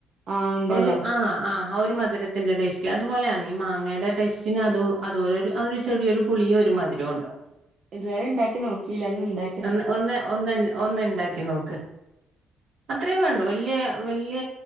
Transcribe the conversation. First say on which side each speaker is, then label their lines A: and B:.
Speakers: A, on the right; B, on the right.
A: ആ ഉണ്ടല്ലോ
B: ഒരു ആഹ് ആഹ് ആ ഒരു മധുരത്തിന്റെ ടേസ്റ്റ് അതുപോലെയാണ് ഈ മാങ്ങയുടെ ടേസ്റ്റിന് അത് അതുപോലെ ഒരു അതുപോലെ ചെറിയൊരു- പുളിയും ഒരു മധുരവും ഉണ്ടാവും
A: ഇതുവരെ ഇണ്ടാക്കി നോക്കിയില്ല ഇനി ഇണ്ടാക്കി-
B: ഒന്ന് ഒന്ന് ഒന്ന് ഒന്ന് ഇണ്ടാക്കി നോക്ക് അത്രയും വേണ്ടു വല്യ വല്യ